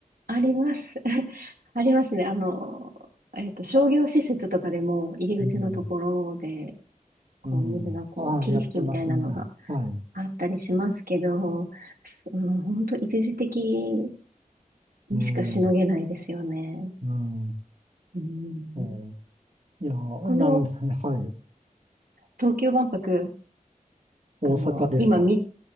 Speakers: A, on the right (about 90°); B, on the right (about 55°).
A: あります。<laughs> ありますね。あの、えっと、商業施設とかでも入り口のところで、
B: <laughs> うん。
A: こう、
B: うん。
A: 水がこう、
B: ああ、
A: 霧吹きみたいなのが、
B: やってますね。はい。
A: あったりしますけど、うん、本当一時的にしかしのげないですよね。
B: うん。うん。
A: うん、
B: おいや、なん、
A: この
B: はい。
A: 東京万博、
B: 大阪ですか。
A: あの、今み、